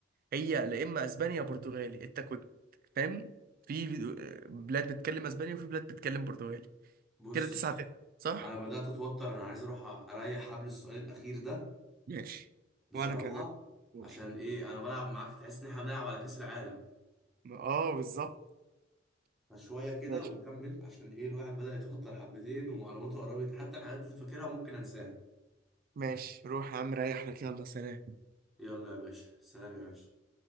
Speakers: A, on the right; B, in the centre.
A: هي لا إما أسبانيا يا برتغالي أنت كنت فاهم في آه، بلاد بتتكلم أسباني وفي بلاد بتتكلم برتغالي
B: بص
A: كده تسعة تسعة صح؟
B: انا بدات اتوتر انا عايز اروح اريح حبل السؤال الاخير ده
A: ماشي
B: بصراحه
A: وأنا كمان دور.
B: عشان ايه انا بلعب معاك تحس ان احنا بنلعب على كاس العالم
A: اه بالظبط
B: فشويه كده
A: ماشي
B: ونكمل عشان ايه الواحد بدا يتوتر حبتين ومعلوماته قربت حتى الحاجات اللي فاكرها ممكن انساها
A: ماشي روح يا عم ريح لك يلا سلام
B: يلا يا باشا سلام يا باشا